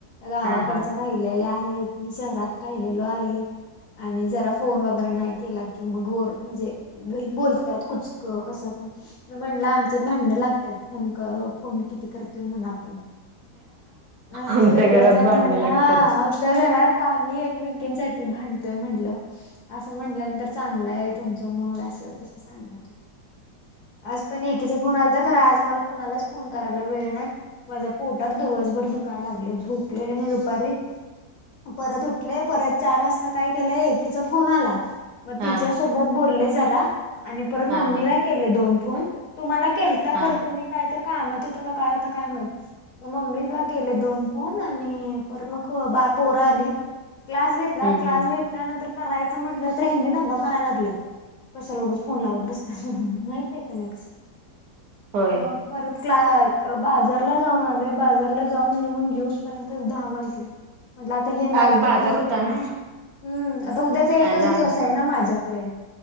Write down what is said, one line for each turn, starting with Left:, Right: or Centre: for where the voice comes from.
Left: गावाकडच्या
Right: हा हा
Left: राहिल्या आहेत. मी शहरात राहिलेलो आहे. आणि जरा फोन वगैरे नाही केला की क मग वर म्हणजे, बोलतात. कुचक, कसं पण. म म्हणला आमच्यात भांडण लागतात. फोन क फोन किती, करतोय म्हण आपण. आमचं
Right: आमच्या
Left: वेगळंचय
Right: घरात भांडणं
Left: म्हण.
Right: लागतात
Left: हा, आमच्या घरात आम्ही एकमेकींसाठी भांडतोय म्हंणलं. असं म्हणल्यानंतर चांगलंय तुमचं मग. असं - तसं, सांगत होती. आज पण, एकीचा फोन आलता खरा. आज मला कोणालाच फोन करायला वेळ नाय. माझ्या पोटात, दिवसभर दुखायला लागलय. झोपलेले मी दुपारी. परत उठलेय. परत चार वाजता, काय केलंय. एकीचा फोन आला मग
Right: हा
Left: तिच्यासोबत बोलले जरा. आणि परत, मम्मीला
Right: हा हा
Left: केले दोन फोन. तुम्हाला केल आता
Right: हा
Left: खरं तुम्ही काय, तर कामात होतं का, काय होता? काय माहित. मग मम्मीत बा केले दोन फोन. आणि पर मग बा पोर आलीत. क्लास घेत ला.
Right: हम्म
Left: क्लास
Right: हम्म
Left: घेतल्यानंतर करायचं, म्हटलं तर हेनी दंगा कराय लागल्यात. कशाला ऊगच फोन लावत बसत्यास म्हणून. हाय का नाही कसं.
Right: होय
Left: मग. परत क्ला - बाजारला जाऊन आलेय. बाजारला जाऊन नेऊन, ज्यूस त्याचंच दहा वाजले. म्हटल आता हे नाही,
Right: आज
Left: तोपर्यंत
Right: बाजार होता
Left: करून
Right: ना
Left: हम्म. आता उद्याचा एकच
Right: आज
Left: दिवस
Right: आमचं
Left: आहे ना, माझ्याकडे.